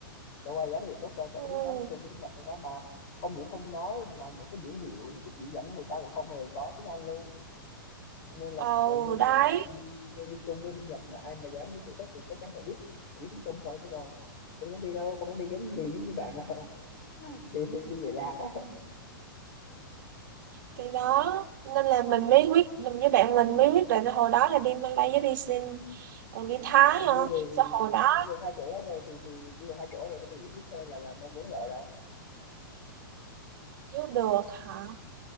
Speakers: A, on the left; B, on the right.
A: Đâu ai dám đi tự túc đâu, tại
B: ừ,
A: có biết nói tiếng Trung với tiếng Nhật đâu đó mà không những không nói mà những cái biển hiệu, những cái chỉ dẫn người ta cũng không hề có tiếng Anh luôn. nên là
B: ồ
A: gần như
B: đấy
A: là đi kêu đi Trung với đi Nhật mà ai mà dám đi tự túc thì chắc chắn phải biết phải biết tiếng Trung thôi chứ còn không dám đi đâu không dám đi giống liều giống như bạn đâu <laughs> đi đi
B: ừ.
A: về lạc á
B: thì đó nên là mình mới quyết mình với bạn mình mới quyết định là hồi đó là đi Malay với đi Sin còn đi Thái
A: vậy
B: hả
A: đi đường
B: sao hồi đó
A: đi được hai chỗ đó rồi thì thì đi được hai chỗ rồi thì cái điểm tiếp theo là là mong muốn là ở đâu
B: nếu được hả